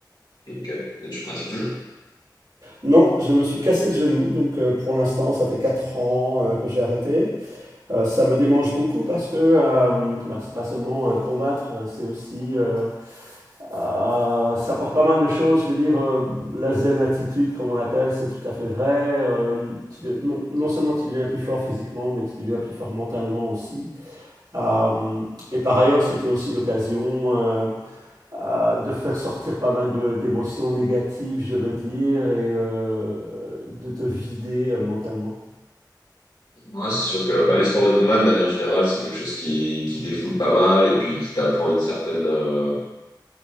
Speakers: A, on the left (about 75°); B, on the right (about 70°).
A: Ok. Et tu pratiques toujours?
B: Non, je me suis cassé le genou, donc euh, pour l'instant ça fait 4 ans euh, que j'ai arrêté. Euh, ça me démange beaucoup parce que euh, bah, c'est pas seulement euh, combattre, euh, c'est aussi euh, Euh, ça porte pas mal de choses. Je veux dire, euh, la zen attitude, comme on l'appelle, c'est tout à fait vrai. Euh, tu de- non, non seulement tu deviens plus fort physiquement, mais tu deviens plus fort mentalement aussi. Euh, et par ailleurs, c'était aussi l'occasion euh, euh, de faire sortir pas mal de- d'émotions négatives, je veux dire, et euh, de te vider euh, mentalement.
A: Ouais, c'est sûr que bah, les sports de combat de manière générale c'est quelque chose qui qui défoule pas mal et puis qui t'apprend une certaine euh,